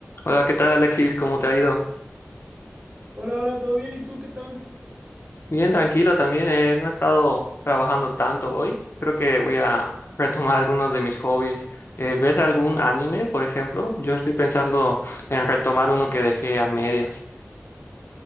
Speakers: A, on the left; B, on the right.
A: Hola, ¿qué tal Alexis? ¿Cómo te ha ido?
B: Hola, hola, ¿todo bien? ¿Y tú qué tal?
A: Bien, tranquilo también. eh, No he estado trabajando tanto hoy. Creo que voy a retomar algunos de mis hobbies. Eh, ¿ves algún anime, por ejemplo? Yo estoy pensando en retomar uno que dejé a medias.